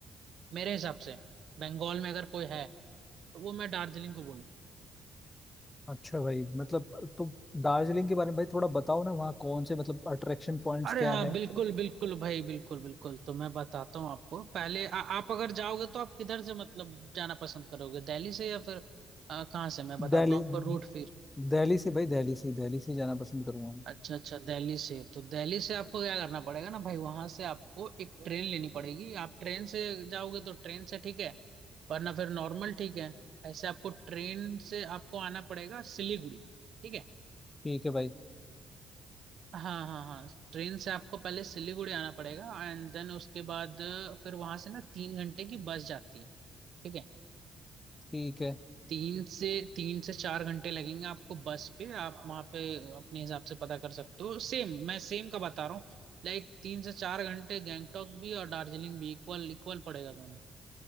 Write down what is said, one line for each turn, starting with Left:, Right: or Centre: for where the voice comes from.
Right: मेरे हिसाब से बंगाल में अगर कोई है तो वो मैं दार्जिलिंग को
Left: अच्छा भाई मतलब
Right: बोलूंगा
Left: तो दार्जिलिंग के बारे में भाई थोड़ा बताओ ना वहाँ कौन से मतलब अट्रैक्शन पॉइंट्स
Right: अरे
Left: क्या
Right: हाँ
Left: है
Right: बिल्कुल बिल्कुल भाई बिल्कुल बिल्कुल तो मैं बताता हूँ आपको पहले आ, आप अगर जाओगे तो आप किधर से मतलब जाना पसंद करोगे दिल्ली से या फिर आ, कहाँ से मैं बताता
Left: दिल्ली
Right: हूँ आपको रूट फिर
Left: दिल्ली से भाई दिल्ली से दिल्ली से जाना पसंद करूंगा मैं।
Right: अच्छा अच्छा दिल्ली से तो दिल्ली से आपको क्या करना पड़ेगा ना भाई वहां से आपको एक ट्रेन लेनी पड़ेगी आप ट्रेन से जाओगे तो ट्रेन से ठीक है वरना फिर नॉर्मल ठीक है ऐसे आपको ट्रेन से आपको आना पड़ेगा सिलीगुड़ी ठीक है
Left: ठीक है भाई
Right: हाँ हाँ हाँ ट्रेन से आपको पहले सिलीगुड़ी आना पड़ेगा एंड देन उसके बाद अ, फिर वहां से ना तीन घंटे की बस जाती है ठीक है
Left: ठीक है
Right: तीन से तीन से चार घंटे लगेंगे आपको बस पे आप वहां पे अपने हिसाब से पता कर सकते हो सेम मैं सेम का बता रहा हूँ लाइक तीन से चार घंटे गैंगटॉक भी और दार्जिलिंग भी इक्वल इक्वल पड़ेगा दोनों